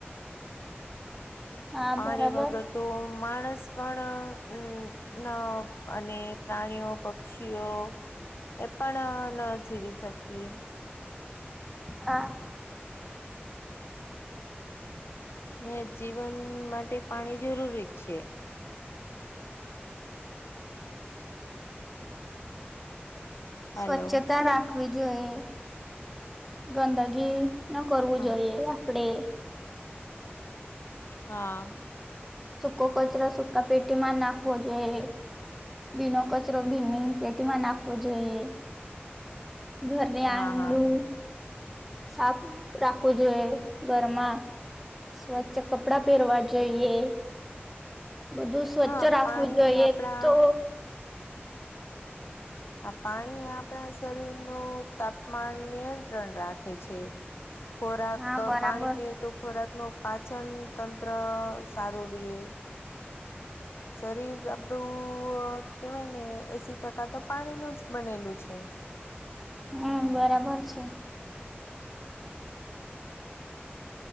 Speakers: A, in the centre; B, on the left (about 75°).
A: <inaudible>
B: પાણી
A: બરાબર
B: વગર તો માણસ પણ હમ્મ ના અને પ્રાણીઓ પક્ષીઓ એ પણ ન જીવી શકીએ.
A: હા
B: ને જીવન માટે પાણી જરૂરી જ છે.
A: સ્વચ્છતા
B: હલો
A: રાખવી જોઈએ ગંદગી ન કરવું
B: હા
A: જોઈએ આપણે.
B: હા.
A: સૂકો કચરો સુકા પેટીમાં નાખવો જોઈએ ભીનો કચ રો ભીની પેટીમાં નાખવો જોઈએ ઘરને
B: હા
A: આંગળું
B: હા
A: સાફ રાખવું જોઈએ ઘરમાં સ્વચ્છ કપડાં પહેરવા જોઈએ. બધું સ્વચ્છ
B: હા
A: રાખવું
B: પાણી
A: જોઈએ
B: આપણા
A: તો
B: આ પાણી આપણા શરીર નું તાપમાન નિયંત્રણ રાખે છે.
A: <inaudible>
B: ખોરાક
A: હા બરાબર
B: પાણી પીએ તો ખોરાક નું પાચન તંત્ર સારું રિયે. શરીર આપડું કેવાય ને એસી ટકા તો પાણી નું જ બનેલું છે.
A: હમ્મ બરાબર છે.